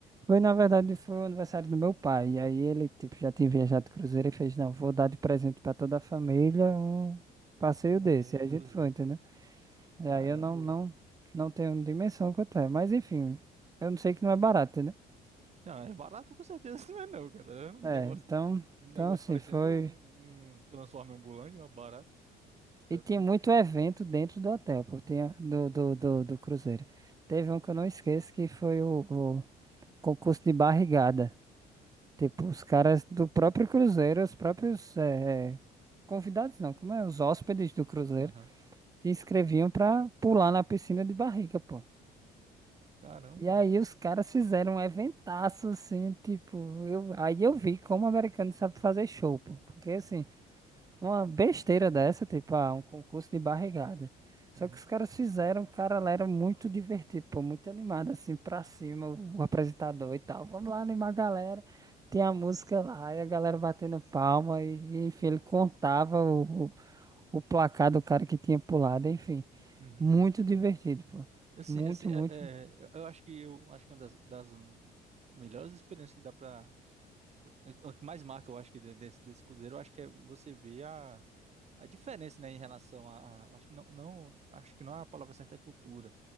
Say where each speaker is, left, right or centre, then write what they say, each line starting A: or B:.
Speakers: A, on the right; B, on the right.
A: Foi, na verdade, foi o aniversário do meu pai. E aí ele, tipo, já tinha viajado de cruzeiro e fez, não, vou dar de presente pra toda a família um passeio
B: Uma
A: desse.
B: viagem
A: E
B: de
A: a
B: cruzeiro.
A: gente foi, entendeu? E
B: Caramba,
A: aí eu não, não,
B: velho.
A: não tenho dimensão quanto é. Mas enfim, eu não sei que não é barato, entendeu?
B: Não, é barato com certeza, <laughs> não é não, cara. É um
A: É,
B: negócio,
A: então,
B: um
A: então
B: negócio
A: assim,
B: parecendo
A: foi.
B: um, um transforme ambulante, mas barato. Você
A: E
B: é
A: tinha
B: doido?
A: muito evento dentro do hotel, pô, tinha do, do, do, do cruzeiro. Teve um que eu não esqueço que foi o, o concurso de barrigada. Tipo, os caras
B: Aham,
A: do próprio cruzeiro, os próprios eh, convidados não, como é? Os hóspedes do cruzeiro
B: aham.
A: se inscreviam pra pular na piscina de barriga, pô.
B: Caramba,
A: E aí
B: velho.
A: os caras fizeram um eventaço, assim, tipo, eu, aí eu vi como o americano sabe fazer show, pô. Porque, assim, uma besteira dessa, tipo, ah, um concurso de barrigada. Só
B: Uhum,
A: que os caras fizeram, cara, lá era muito divertido, pô, muito animado, assim, pra cima, o, o apresentador e tal. Vamos lá animar a galera. Tem a música lá, e a galera batendo palma, e, e, enfim, ele contava o, o- o placar do cara que tinha pulado, enfim.
B: uhum.
A: Muito divertido, pô.
B: Assim,
A: Muito,
B: assim, é,
A: muito.
B: é, eu acho que eu acho que é uma das, das melhores experiências que dá pra. O que mais marca, eu acho que de- desse, desse cruzeiro, eu acho que é você ver a, a diferença, né, em relação a, a- Acho que não, não, acho que não é a palavra certa é cultura,